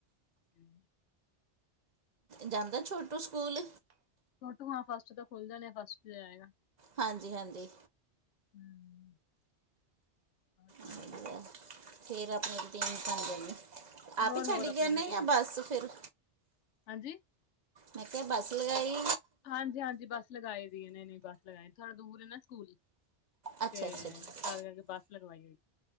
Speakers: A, on the left (about 85°); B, on the right (about 45°).
A: ਹੂੰ
B: ਜਾਂਦਾ ਛੋਟੂ ਸਕੂਲ
A: ਛੋਟੂ ਹਾਂ ਫਸਟ ਤੋਂ ਖੁੱਲ ਜਾਣੇ ਫਸਟ ਜਾਏਗਾ।
B: ਹਾਂਜੀ-ਹਾਂਜੀ
A: ਹਮ ਹੋਰ ਸੁਣਾਓ
B: ਵਧੀਆ ਫਿਰ ਆਪਣੀ ਰੂਟੀਨ ਖਦੇ ਨੇ ਆਪ
A: ਹੋਰ
B: ਹੀ ਛੱਡ
A: ਹੋਰ
B: ਗੇਆ
A: ਆਪਣੀ ਰੂਟੀਨ
B: ਜਾਂ ਬਸ ਫਿਰ
A: ਹਾਂਜੀ
B: ਮੈਂ ਕਿਹਾ ਬੱਸ ਲ ਗਾਈ
A: ਹਾਂਜੀ ਹਾਂਜੀ ਬੱਸ ਲਗਾਈ ਦੀ ਇਹਨ ਨ ਬੱਸ ਲਗਾਏ ਥੋੜਾ ਦੂਰ ਹੈ ਨਾ ਸਕੂਲ
B: ਅੱਛਾ
A: ਤੇ
B: ਅੱਛਾ
A: ਤ ਕਰਕੇ ਬੱਸ ਲਗਵਾਈ ਹੋਈ